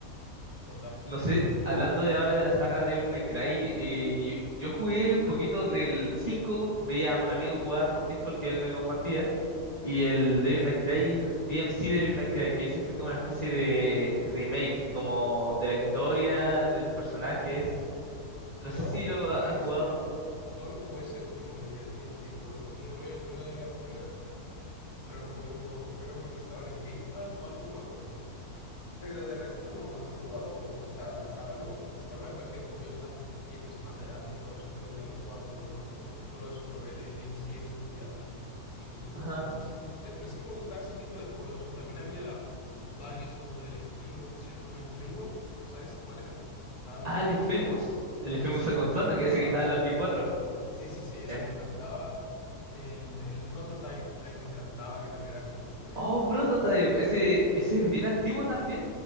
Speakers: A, on the left (about 80°); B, on the right (about 25°).
A: total.
B: No sé, hablando de ahora de la saga Devil May Cry, eh, yo, yo jugué un poquito del 5 veía a un amigo jugar por Discord que él me compartía, y el Devil May Cry, DMC Devil May Cry, que ese fue como una especie de remake, como de la historia, de los personajes. No
A: Yo
B: sé si
A: me
B: lo
A: jugué
B: ha- has jugado.
A: ese, solo me jugué ese último, el, el D M C no, no, y no me, no me lo voy a terminar, pero lo jugué un poco, creo que porque estaba en el Game Pass o algo, no me acuerdo. Pero de resto no, no he jugado, o sea, la saga no, me- siempre me ha parecido curiosa y el personaje de Dante y todo eso, pero nunca me he jugado ningún otro juego. Solo eso, probé el, el DMC en su día y, y poco
B: Ajá.
A: más. Eh, Pero sí que me gustaba ese tipo de juegos, ¿no? También había varios como del estilo, ¿no? Que se llamaba Infamous, ¿sabes cuál era? Que estaba en la
B: Ah,
A: Play.
B: el Infamous. El
A: Sí,
B: Infamous
A: ese
B: Second
A: me encantaba.
B: Son, que ese que estaba en la Play cuatro
A: Sí, sí, sí, ese
B: Em,
A: me encantaba. El, el Prototype también me encantaba, que también era como súper...
B: oh, Prototype, ese,
A: Sí, sí,
B: ese
A: sí.
B: es bien antiguo también.